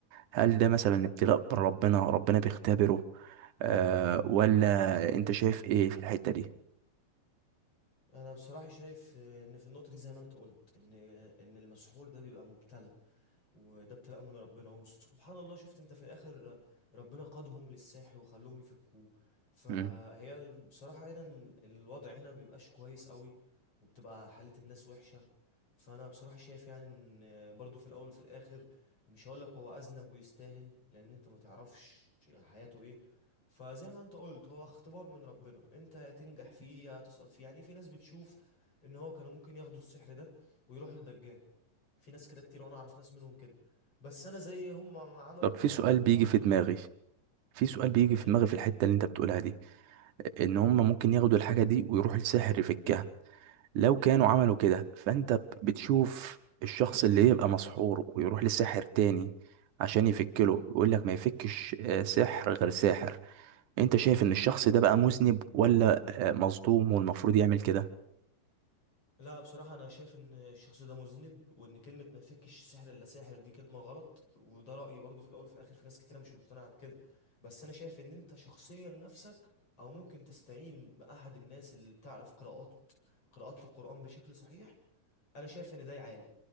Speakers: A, on the right; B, on the left.
A: هل ده مثلا ابتلاء من ربنا ربنا بيختبره آه، ولا أنت شايف إيه في الحتة دي؟
B: انا بصراحه شايف ان في النقطه دي زي ما انت قلت ان ان المسحور ده بيبقى مبتلى وده ابتلاء من ربنا وسبحان الله شفت انت في الاخر ربنا قادهم للساحر وخلوهم يفكوه فهي
A: مم.
B: ال- بصراحة هنا ال- الوضع هنا بيبقاش كويس قوي وبتبقى حالة الناس وحشة فانا بصراحة شايف يعني ان برضو في الاول وفي الاخر مش هقولك هو اذنب ويستاهل لان انت ما تعرفش حياته ايه فزي ما انت قلت هو اختبار من ربنا انت يا تنجح فيه يا تسقط فيه يعني في ناس بتشوف ان هو كانوا ممكن ياخدوا السحر ده ويروحوا للدجال في ناس كده كتير وانا اعرف ناس منهم كده بس انا زي هم ما عملوا
A: طب في سؤال
B: انا كنت
A: بيجي
B: هاخد
A: في دماغي
B: ال...
A: في سؤال بيجي
B: تمام
A: في دماغي في الحتة اللي انت بتقولها دي ان هم ممكن ياخدوا الحاجة دي ويروحوا لساحر يفكها لو كانوا عملوا كده فانت ب- بتشوف الشخص اللي يبقى مسحور ويروح لساحر تاني عشان يفكله يقول لك ما يفكش آه، سحر غير ساحر انت شايف ان الشخص ده بقى مذنب ولا آه، مظلوم والمفروض يعمل كده
B: لا بصراحة أنا شايف إن الشخص ده مذنب وإن كلمة ما يفكش سحر إلا ساحر دي كلمة غلط وده رأيي برضو في الأول وفي الآخر في ناس كتيرة مش مقتنعة بكده بس أنا شايف إن أنت شخصيا نفسك أو ممكن تستعين بأحد الناس اللي بتعرف قراءات قراءات القرآن بشكل صحيح انا شايف ان ده يعالج